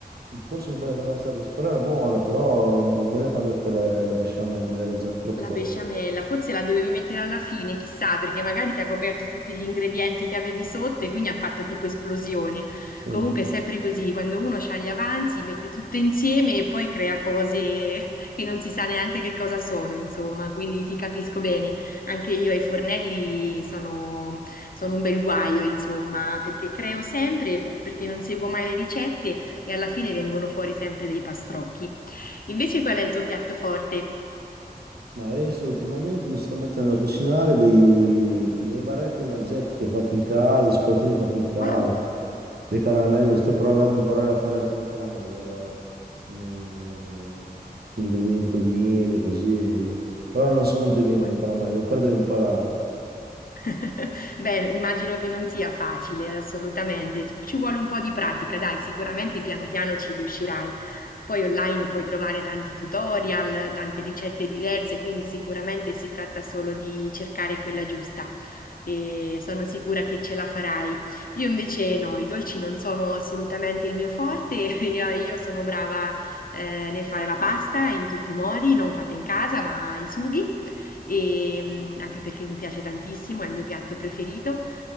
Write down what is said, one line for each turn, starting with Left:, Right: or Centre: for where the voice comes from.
Right: forse ho sbagliato a mettere la besciamella, però era buona, però ho sbagliato a mettere la besciamella, era già troppo...
Left: La besciamella, forse la dovevi mettere alla fine, chissà, perché magari ti ha coperto tutti gli ingredienti che avevi sotto e quindi ha fatto tipo esplosione.
Right: Mm.
Left: Comunque è sempre così, quando uno ha gli avanzi, mette tutto insieme e poi crea cose <laughs> che non si sa neanche che cosa sono, insomma, quindi ti capisco bene. Anche io ai fornelli sono, sono un bel guaio, insomma, perché creo sempre, perché non seguo mai le ricette e alla fine vengono fuori sempre dei pastrocchi. Invece qual è il tuo piatto forte?
Right: Ma adesso ultimamente mi sto mettendo a cucinare dei- delle barrette energetiche fatte in casa, i cioccolatini fatti in casa,
Left: Wow!
Right: le caramelle, sto provando a imparare a fare anche le caramelle, guarda, con, eh, con gli ingredienti, col miele, così. Però non sono venute bene
Left: Buonissimo.
Right: le caramelle, ancora devo imparare.
Left: <laughs> Beh, immagino che non sia facile, assolutamente. Ci ci vuole un po' di pratica, dai, sicuramente piano piano ci riuscirai. Poi online puoi trovare tanti tutorial, tante ricette diverse, quindi sicuramente si tratta solo di cercare quella giusta. E sono sicura che ce la farai. Io invece no, i dolci non sono assolutamente il mio forte. <laughs> Io, io sono brava eh, nel fare la pasta in tutti i modi, non fatta in casa, ma i sughi e, mm, anche perché mi piace tantissimo, è il mio piatto preferito,